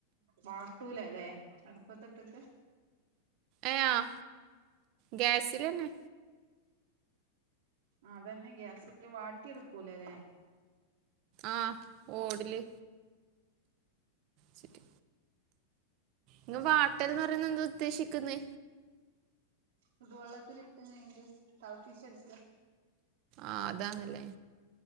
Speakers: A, on the right; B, on the right.
A: വാട്ടൂല അല്ലേ അടുപ്പത്തിട്ടിട്ട്
B: ഏഹ് ആഹ് ഗ്യാസില്ന്നെ
A: അതന്നെ ഗ്യാസില് വാട്ടിയ എടുക്കൂല്ല അല്ലെ
B: ആഹ് ഓടല് സിറ്റ് ഇങ്ങ് വാട്ടൽന്ന് പറയുന്നത് എന്താ ഉദ്ദേശിക്കുന്നെ
A: കുടുവെള്ളത്തിൽ ഇിട്ടിട്ട് തിളപ്പിച്ച എടുക്കുക
B: ആഹ് അതാന്നല്ലേ